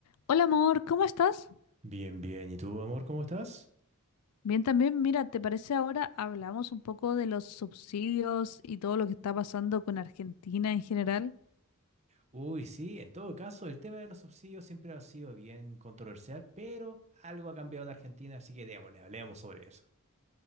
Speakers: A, on the left (about 85°); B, on the right (about 30°).
A: Hola amor, ¿cómo estás?
B: Bien, bien. ¿Y tú, amor, cómo estás?
A: Bien también, mira, ¿te parece ahora hablamos un poco de los subsidios y todo lo que está pasando con Argentina en general?
B: Uy, sí, en todo caso, el tema de los subsidios siempre ha sido bien controversial, pero algo ha cambiado en Argentina, así que démosle, hablemos sobre eso.